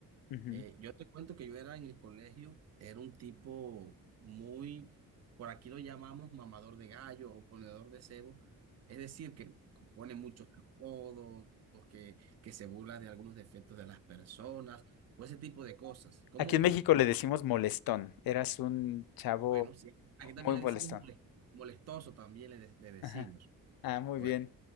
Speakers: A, on the left; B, on the right.
A: Ujú.
B: Eh, yo te cuento que yo era en el colegio, era un tipo muy, por aquí lo llamamos mamador de gallo o ponedor de cebo, es decir, que pone muchos apodos, que, que se burla de algunos defectos de las personas, o ese tipo de cosas. Como,
A: Aquí en
B: como,
A: México le decimos molestón. Eras un chavo
B: bueno, sí, aquí también
A: muy
B: le
A: molestón.
B: decimos molest- molestoso, también le de- le decimos.
A: Ajá. Ah, muy
B: Bueno,
A: bien.